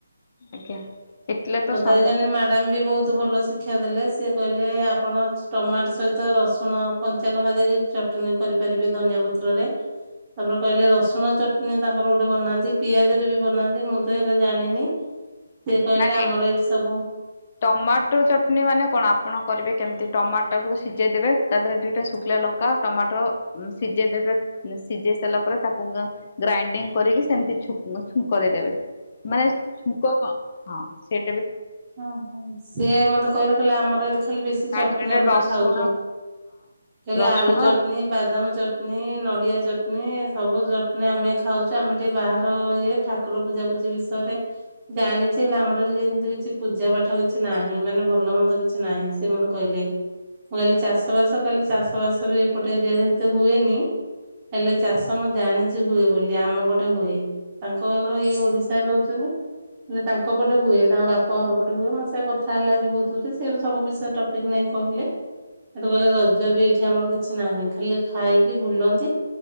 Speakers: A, on the left; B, on the right.
A: ଆଜ୍ଞା ଇଟିଲି ତ
B: ମତେ
A: ସମ୍ବର
B: ଆଉ ଜଣେ ମଡ଼ାମ୍ ବି ବୋହୁତ ଭଲ ଶିକ୍ଷା ଦେଲେ ସିଏ କହିଲେ ଆପଣ ଟମାଟ ସହିତ ରସୁଣ କଞ୍ଚାଲଙ୍କା ଦେଇକି ଚଟଣୀ କରି ପା ଯିବେ ଧନିଆ ପତ୍ରରେ। ତାପରେ କହିଲେ ରସୁଣ ଚଟନୀ ତାଙ୍କର ଗୋଟେ ବନାନ୍ତି ପିଆଜରେ ବି ବନାନ୍ତି ମୁଁ ତ ହେରା ଜାଣିନି। ସେ କହିଲେ
A: ନାଁ
B: ଆମର
A: ନାଁ
B: ଏଇଠି ସବୁ
A: ଟମାଟୋ ଚଟନୀ ମାନେ କଣ ଆପଣ କରିବେ କେମିତି ଟମାଟାକୁ ସିଜେଇ ଦେବେ ତା ଧେରେ ଦିଟା ଶୁଖିଲା ଲଙ୍କା ଟମାଟୋ ଉଁ ସିଜେଇ ଦେେବେ ସିଜେ ଇ ସାରିଲା ପରେ ତାକୁ ଗ୍ରାଇଣ୍ଡିଙ୍ଗ କରିକି ସେମିତି ଛୁ ଛୁଙ୍କ ଦେଇଦେବେ ମାନେ ଛୁଙ୍କ ହଁ ସେ
B: ଓ ହୋ ସିଏ ମତେ କହିଲେ କହିଲେ ଆମର ଏଠି ଖାଲି ବେଶୀ
A: ତା
B: ଚଟନୀ
A: ଦେହରେ ଟିକେ
B: ଓପରେ
A: ରସୁଣ
B: ଖାଉଚୁ।
A: ହଁ
B: ହେଲେ
A: ରସୁଣ
B: ଆଳୁ ଚଟନୀ
A: ଆଜ୍ଞା
B: ବାଦାମ ଚଟ୍ ନୀ ନଡ଼ିଆ ଚଟନୀ ସବୁ ଚଟନୀ ଆମେ ଖାଉଚୁ ଆମେ ଟିକେ ବାହାର ଇଏ ଠାକୁର ପୂଜା ପୂ ଜି ବିଷୟରେ ଜାଣିଚି ହେଲେ ଆମର ଏଠି ଯେନ୍ତି କିଛି ପୂଜା ପାଠ କିଛି ନାହିଁ ମାନେ ଭଲ ମନ୍ଦ କିଛି ନାହିଁ ସିଏ ମତେ କହିଲେ। ମୁଁ କହିଲିି ଚାଷ ବାସ କଇଲେ ଚାଷ ବାସ ବି ଏପଟ ଏରିଆରେ ହେତେ ହୁଏନି। ହେଲେ ଚାଷ ମୁଁ ଜାଣିଚି ହୁଏ ବୋଲି ଆମ ପଟେ ହୁଏ। ତାଙ୍କର ଇଏ ଓଡ଼ିଶାରେ ରହୁଚନ୍ତି ହେଲେ ତାଙ୍କ ପଟେ ହୁଏ ତାଙ୍କ ବା ପହର ପଟେ ହୁଏ ମୋ ସା କଥା ହେଲେ ଆଜି ବୋହୁତ ଖୁସି ସିଏ ବି ସବୁ ବିଷୟ ଟପିକ୍ ନେଇ କହିଲେ। ହେଠୁ କହିଲେ ରଜ ବି ଏଇଠି ଆମର କିଛି ନାହିଁ ଖାଲି ଖାଇକି ବୁଲନ୍ତି।